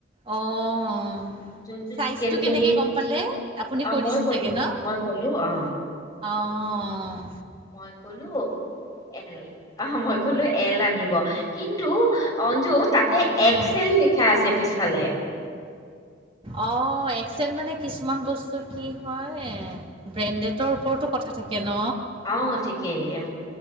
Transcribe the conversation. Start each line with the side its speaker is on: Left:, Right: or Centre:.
Right: অ', অ'।
Left: যোনটো
Right: চাইজটো
Left: চিকেন
Right: কেনেকে
Left: কাৰী
Right: গম পালে, আপুনি
Left: অ
Right: কৈ
Left: মই
Right: দিছে
Left: কলো
Right: চাগে ন?
Left: মই কলো অ
Right: অ'।
Left: মই ক'লো এল, মই ক'লো এল আনিব, কিন্তু অঞ্জু তাতে
Right: হা
Left: এক্স এল লিখা আছে পিছ ফালে।
Right: অ', এক্স এল মানে কিছুমান বস্তু কি হয়, এ ব্ৰেন্দেতৰ ওপৰতো কথা থাকে ন।
Left: অ' ঠিকেই, অ'।